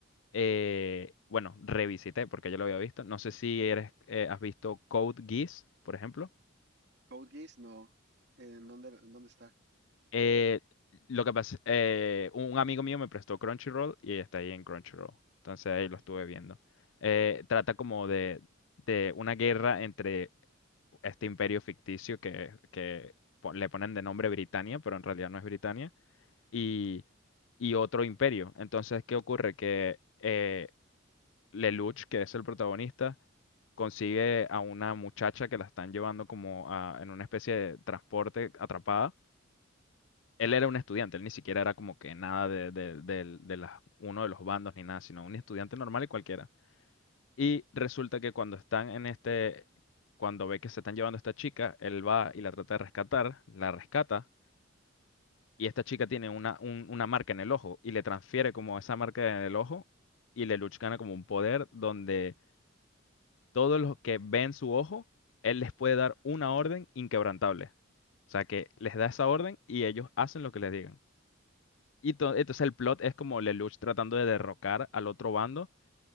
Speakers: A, on the left (about 70°); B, on the right (about 55°).
A: eh, bueno, revisité porque yo lo había visto. No sé si eres, eh, has visto Code Geass, por ejemplo.
B: Code Geass, no. ¿En dónde, en dónde está?
A: Eh, lo que pasa, eh, un amigo mío me prestó Crunchyroll y está ahí en Crunchyroll. Entonces ahí
B: Ok.
A: lo estuve viendo. Eh, trata como de, de una guerra entre este imperio ficticio que, que po- le ponen de nombre Britania, pero en realidad no es Britania, y, y otro imperio. Entonces, ¿qué ocurre? Que eh, Lelouch, que es el protagonista, consigue a una muchacha que la están llevando como a- en una especie de transporte atrapada él era un estudiante, él ni siquiera era como que nada de, de, del- de las- uno de los bandos ni nada, sino un estudiante normal y cualquiera. Y resulta que cuando están en este, cuando ve que se están llevando a esta chica, él va y la trata de rescatar, la rescata, y esta chica tiene una, un- una marca en el ojo y le transfiere como esa marca en el ojo y Lelouch gana como un poder donde todos los que ven su ojo, él les puede dar una orden inquebrantable. O sea que les da esa orden y ellos hacen lo que les digan. Y to- entonces el plot es como Lelouch tratando de derrocar al otro bando